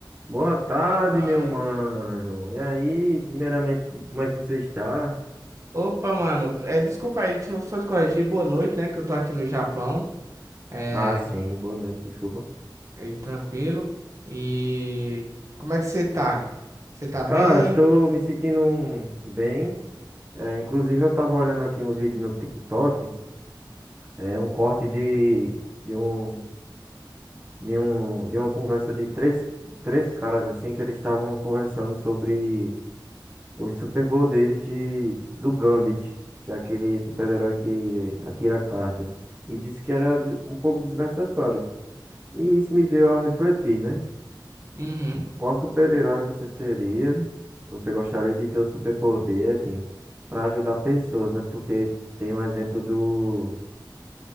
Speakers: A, on the right; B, on the right.
A: Boa tarde,
B: Boa tarde,
A: meu mano.
B: meu.
A: E aí, primeiramente, como é que você está?
B: Opa, mano, é, desculpa aí, deixa eu só te corrigir. Boa noite, né? Que eu tô aqui no Japão. É,
A: Ah, sim, boa noite, desculpa.
B: é tranquilo. E como é que você tá? Você tá bem?
A: Cara, estou me sentindo um- bem. É, inclusive, eu tava olhando aqui um vídeo no TikTok, é um corte de, de um, de um, de uma conversa de três, três caras assim que eles estavam conversando sobre os superpoderes de do Gambit, que é aquele super-herói que atira cartas. E disse que era de- um pouco desnecessário. E isso me veio a refletir, né?
B: Uhum.
A: Qual super-herói você seria? Você gostaria de ter o superpoder, assim, para ajudar pessoas, né? Porque tem um exemplo do,